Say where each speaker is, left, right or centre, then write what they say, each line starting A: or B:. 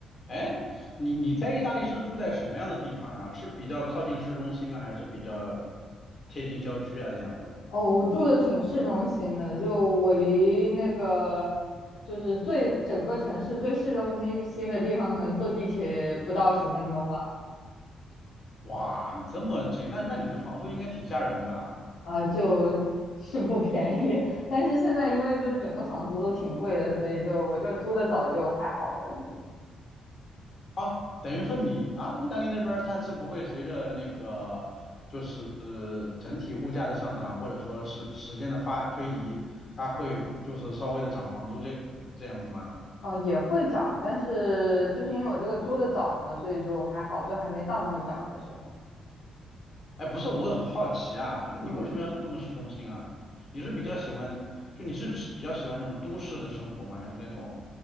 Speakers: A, on the left; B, on the left.
A: 哎，你你在意大利是住在什么样的地方啊？是比较靠近市中心啊，还是比较贴近郊区啊？这样子？
B: 哦，我住的挺市中心的，就我离那个就是最整个城市最市中心心的地方，可能坐地铁不到十分钟吧。
A: 哇，这么近，那那你这房租应该挺吓人的吧？
B: 啊，就是不便宜，<laughs> 但是现在因为就是整个房租都挺贵的，所以就我这租的早就还好了，已经。
A: 哦，等于说你啊，意大利那边儿它是不会随着那个就是整体物价的上涨，或者说时时间的发推移，它会故就是稍微的涨房租这这样子吗？
B: 哦，也会涨，但是就是因为我这个租的早嘛，所以就还好，就还没到那个涨的时候。
A: 哎，不是，我很好奇啊，就你为什么要住这么市中心啊？
B: 嗯，
A: 你是比较喜欢，就你是比较喜欢那种都市的生活吗？还是那种